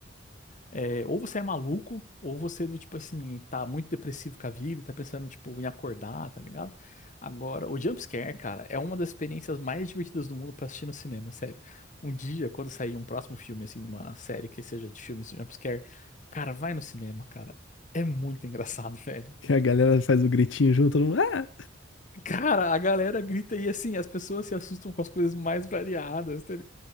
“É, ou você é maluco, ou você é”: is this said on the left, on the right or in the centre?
Left